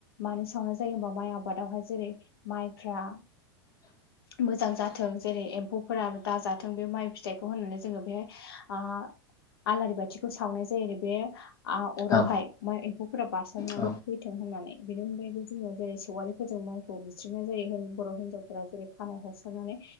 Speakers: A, on the left; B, on the left.
A: मानो संनाय जायो होनबा माइ आबादावहाय जेरै माइफ्रा
B: <inaudible>
A: मोजां जाथों जेरै एम्फौफोरा आरो दाजाथों बे माइ फिथाइखौ होननानै जोङो बेहाय ओ आलारि बाथिखौ सावनाय जायो आरो बे आ अरावहाय
B: औ
A: माइ एम्फौफोरा बारसाननानै
B: औ
A: थैथों होननानै बेनि अनगायैबो जोङो जेरै सेवारि फोजावनाय बुस्रिनाय जायो बर' हिनजावफोरा जेरै खानाइ हरसारनानै